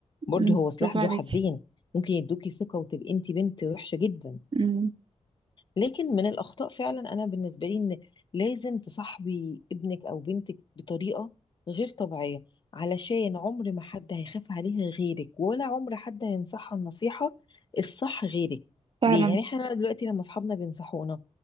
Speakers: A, on the left; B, on the right.
A: برضو
B: امم
A: هو سلاح
B: برافو
A: ذو
B: عليكي
A: حدين ممكن يدوكي ثقه وتبقي انت بنت وحشه جدا
B: امم
A: لكن من الأخطاء فعلا أنا بالنسبة لي إن لازم تصاحبي ابنك أو بنتك بطريقة غير طبيعية علشان عمر ما حد هيخاف عليها غيرك ولا عمر حد هينصحها النصيحة الصح غيرك
B: فعلا
A: ليه يعني احنا دلوقتي لما أصحابنا بينصحونا